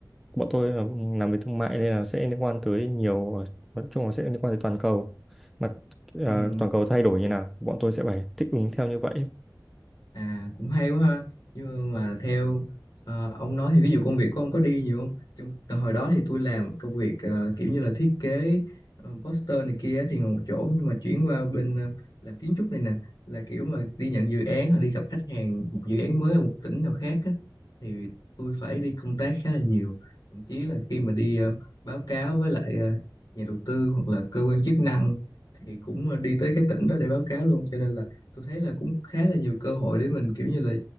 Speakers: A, in the centre; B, on the left.
A: bọn tôi là làm về thương mại nên là sẽ liên quan tới nhiều nói chung là sẽ liên quan tới toàn cầu mà ờ,
B: ừ.
A: toàn cầu thay đổi như nào thì bọn tôi sẽ phải thích ứng theo như vậy
B: À cũng hay quá ha. Nhưng mà theo ờ, ông nói thì ví dụ công việc của ông có đi nhiều không? Trong từ hồi đó thì tôi làm công việc ờ, kiểu như là thiết kế ờ, poster này kia thì ngồi một chỗ nhưng mà chuyển qua bên ờ, làm kiến trúc này nè là kiểu mà đi nhận dự án hoặc đi gặp khách hàng một dự án mới ở một tỉnh nào khác á, thì tôi phải đi công tác khá là nhiều. Thậm chí là khi mà đi ờ, báo cáo với lại ờ, nhà đầu tư hoặc là cơ quan chức năng thì cũng ờ, đi tới cái tỉnh đó để báo cáo luôn cho nên là tôi thấy là cũng khá là nhiều cơ hội để mình kiểu như là